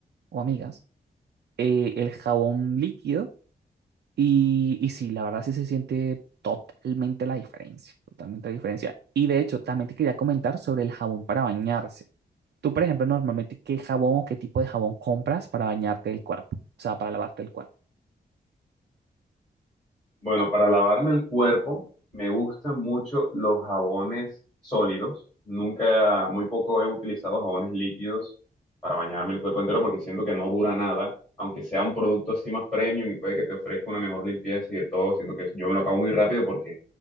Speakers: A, on the right; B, in the centre.
A: o amigas eh, el jabón líquido y, y sí, la verdad sí se siente totalmente la diferencia, totalmente la diferencia. Y de hecho, también te quería comentar sobre el jabón para bañarse. Tú, por ejemplo, normalmente, ¿qué jabón o qué tipo de jabón compras para bañarte el cuerpo? O sea, para lavarte el cuerpo.
B: Bueno, para lavarme el cuerpo me gustan mucho los jabones sólidos. Nunca, muy poco he utilizado jabones líquidos para bañarme el cuerpo entero porque siento que no dura nada. Aunque sea un producto así más premium y puede que te ofrezca una mejor limpieza y de todo, siento que yo me lo acabo muy rápido porque